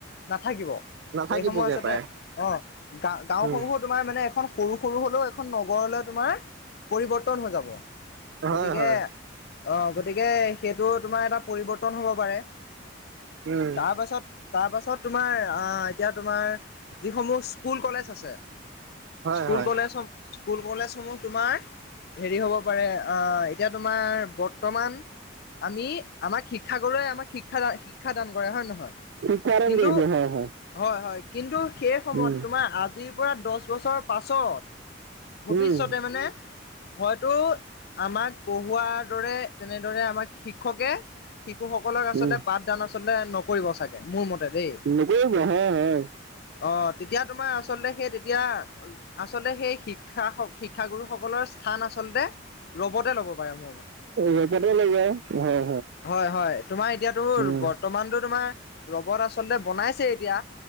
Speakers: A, on the left (about 55°); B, on the right (about 65°).
A: নাথাকিব।
B: নাথাকিবগে
A: সেই সমূহ আচলতে,
B: পায়
A: অ', গা গাঁওসমূহত।
B: উম
A: তোমাৰ মানে, এখন সৰু সৰু হ'লেও, এখন নগৰলৈ তোমাৰ পৰিৱৰ্তন হৈ যাব।
B: হয়
A: গতিকে
B: হয়
A: অ', গতিকে, সেইটো তোমাৰ এটা পৰিৱৰ্তন হ'ব পাৰে।
B: উম
A: তাৰপাছত। তাৰপাছত তোমাৰ, আহ এতিয়া তোমাৰ, যিসমূহ স্কুল-কলেজ আছে
B: হয়
A: স্কুল-কলেজ
B: হয়
A: সম, স্কুল-কলেজ সমূহ তোমাৰ হেৰি হ'ব পাৰে, অ', এতিয়া তোমাৰ বৰ্তমান আমি আমাক, শিক্ষাগুৰুৱে আমাক শিক্ষা শিক্ষাদান কৰে হয় নে নহয়।
B: শিক্ষাদান
A: কিন্তু
B: দিয়ে হয়, হয়।
A: হয়, হয়, কিন্তু সেই সময়ত,
B: উম
A: তোমাৰ আজিৰ পৰা দহ বছৰ পাছত ভৱিষ্যতে
B: উম
A: মানে হয়তো, আমাক পঢ়োৱাৰ দৰে, তেনেদৰে আমাক শিক্ষকে শিশুসকলক আচলতে,
B: উম
A: পাঠদান আচলতে, নক নকৰিব চাগে মোৰ মতে দেই,
B: নকৰিব হয় হয়
A: অ', তেতিয়া তোমাৰ আচলতে এতিয়া আচলতে, সেই শিক্ষা শিক্ষাগুৰু সকলৰ স্থান আচলতে ৰবটে ল'ব পাৰে মোৰ মতে।
B: অ ৰেপতে লৈ যায় হয়
A: হয়, হয়, তোমাৰ এতিয়াতো
B: উম
A: বৰ্তমানটো তোমাৰ ৰ'বত আচলতে বনাইছেই এতিয়া,